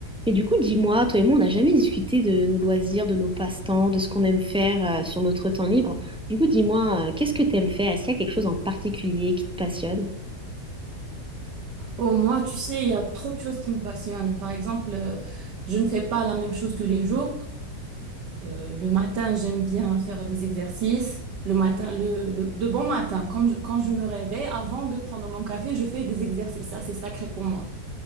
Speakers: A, in the centre; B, on the right.
A: Et du coup, dis-moi, toi et moi, on n'a jamais discuté de nos loisirs, de nos passe-temps, de ce qu'on aime faire euh, sur notre temps libre. Du coup, dis-moi, euh, qu'est-ce que tu aimes faire? Est-ce qu'il y a quelque chose en particulier qui te passionne?
B: Oh, moi, tu sais, il y a trop de choses qui me passionnent. Par exemple, euh, je ne fais pas la même chose tous les jours. Euh, le matin, j'aime bien faire des exercices. Le matin, le, le, de bon matin, comme je- quand je me réveille, avant de prendre mon café, je fais des exercices. Ça, c'est sacré pour moi.